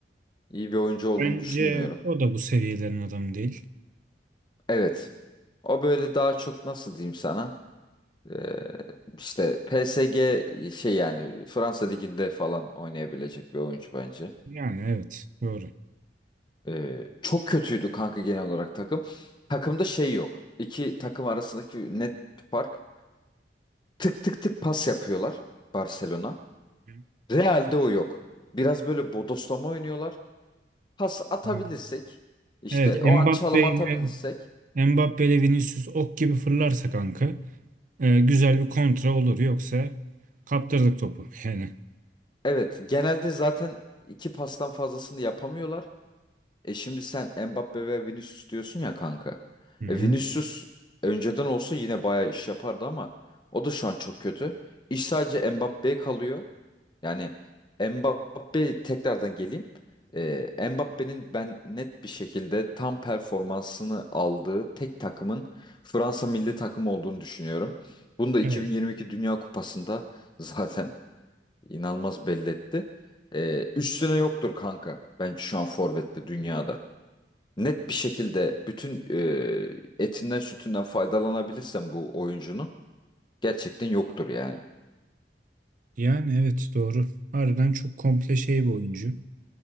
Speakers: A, on the left; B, on the right.
A: İyi bir oyuncu olduğunu
B: Bence
A: düşünmüyorum.
B: o da bu seviyelerin adamı değil.
A: Evet. O böyle daha çok nasıl diyeyim sana? Ee, işte PSG şey yani Fransa Ligi'nde falan oynayabilecek bir oyuncu bence.
B: Yani evet doğru.
A: Ee, çok kötüydü kanka genel olarak takım. Takımda şey yok. İki takım arasındaki net fark. Tık tık tık pas yapıyorlar Barcelona.
B: Hı
A: Real'de o yok. Biraz böyle bodoslama oynuyorlar. Pas atabilirsek
B: hı.
A: işte
B: Evet Mbappe
A: o an çalım atabilirsek
B: ile Mbappe ile Vinicius ok gibi fırlarsa kanka e, güzel bir kontra olur yoksa kaptırdık topu <laughs> yani.
A: evet genelde zaten iki pastan fazlasını yapamıyorlar. E şimdi sen Mbappe ve Vinicius diyorsun ya kanka.
B: Hı hı.
A: E Vinicius önceden olsa yine bayağı iş yapardı ama o da şu an çok kötü. İş sadece Mbappe'ye kalıyor. Yani Mbappe tekrardan geleyim. E, Mbappe'nin ben net bir şekilde tam performansını aldığı tek takımın Fransa milli takımı olduğunu düşünüyorum. Bunu da 2022
B: Evet.
A: Dünya Kupası'nda <laughs> zaten inanılmaz belli etti. E, üstüne yoktur kanka. Bence şu an forvette dünyada net bir şekilde bütün e, etinden sütünden faydalanabilirsem bu oyuncunun gerçekten yoktur yani.
B: Yani evet doğru. Harbiden çok komple şey bir oyuncu.